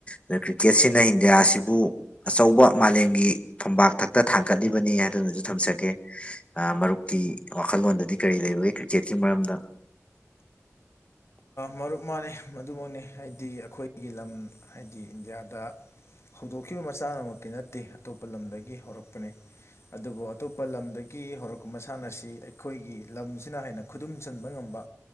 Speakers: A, on the left; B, on the left.
A: ꯑꯗꯨ ꯀ꯭ꯔꯤꯛꯀꯦꯠꯁꯤꯅ ꯏꯟꯗꯤꯌꯥ ꯑꯁꯤꯕꯨ ꯑꯆꯧꯕ ꯃꯥꯂꯦꯝꯒꯤ ꯊꯣꯄꯥꯛ ꯊꯛꯇ ꯊꯥꯡꯒꯠꯂꯤꯕꯅꯤ ꯍꯥꯏꯗꯨꯅꯁꯨ ꯊꯝꯖꯒꯦ ꯃꯔꯨꯞꯀꯤ ꯋꯥꯈꯜꯂꯣꯟꯗꯗꯤ ꯀꯔꯤ ꯂꯩꯕꯏ ꯀ꯭ꯔꯤꯀꯦꯠꯀꯤ ꯃꯔꯝꯗ
B: ꯃꯔꯨꯞ ꯃꯥꯅꯤ ꯃꯗꯨꯃꯛꯅꯤ ꯍꯥꯏꯗꯤ ꯑꯩꯈꯣꯏꯒꯤ ꯂꯝ ꯍꯥꯏꯗꯤ ꯏꯟꯗꯤꯌꯥꯗ ꯍꯧꯗꯣꯛꯈꯤꯕ ꯃꯁꯥꯟꯅꯃꯛꯇꯤ ꯅꯠꯇꯦ ꯑꯇꯣꯞꯄ ꯂꯝꯗꯒꯤ ꯍꯧꯔꯛꯄꯅꯤ ꯑꯗꯨꯕꯨ ꯑꯇꯣꯞꯄ ꯂꯝꯗꯒꯤ ꯍꯧꯔꯛꯄ ꯃꯁꯥꯟꯅ ꯑꯁꯤ ꯑꯩꯈꯣꯏꯒꯤ ꯂꯝꯁꯤꯅ ꯍꯦꯟꯅ ꯈꯨꯗꯨꯝ ꯆꯟꯕ ꯉꯝꯕ